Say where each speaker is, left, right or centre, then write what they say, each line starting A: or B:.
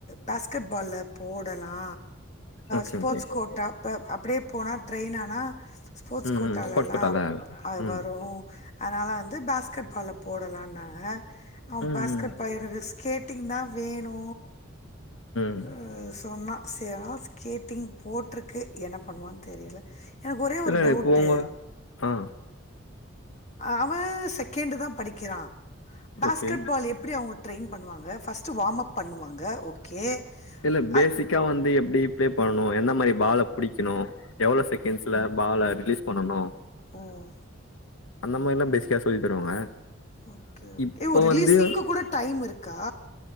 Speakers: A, on the left; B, on the left.
A: பேஸ்கெட் பால்ல போடலா
B: ஓகே,
A: ஸ்போட்ஸ்
B: ஓகே.
A: கோட்டா இப்ப அப்டியே போனா ட்ரெயின் ஆனா ஸ்போர்ட்ஸ்
B: ம்,
A: கோட்டாலல
B: ம். ஸ்போர்ட்ஸ் கோட்டால. ம்.
A: வரு அதனால வந்து பேஸ்கட் பால்ல போடலான்னாக அவ
B: ம்,
A: பேஸ்கட்
B: ம்,
A: பால் என ரிஸ்க கேட்டிங்னா வேணு
B: ம்.
A: ஆ சொன்னா <unintelligible> ஸ்கேட்டிங் போட்டிருக்கு என்ன பண்ணுவான் தெரில எனக்கு ஒரே ஒரு
B: இல்ல
A: டவுட்டு
B: இப்போ உங்க ஆ.
A: அவ செகண்டு தா படிக்கிறா பேஸ்கெட்
B: ஓகே.
A: பால் எப்படி அவங்க ட்ரெயின் பண்ணுவாங்க ஃபஸ்ட் வாம் அப் பண்ணுவாங்க ஓகே
B: இல்ல பேசிக்கா
A: அ
B: வந்து எப்டி பிளே பண்ணணு எந்த மாரி பால புடிக்கணு எவ்ளோ செகண்ட்ஸ்ல பால ரிலீஸ் பண்ணனு
A: ம்ம்
B: அந்த மாரி எல்லா பேசிக்கா சொல்லி தருவாங்க
A: ஓகே ஓகே
B: இப்போ
A: ஓ ரிலீஸிங்க்கு
B: வந்து
A: கூட டைம் இருக்கா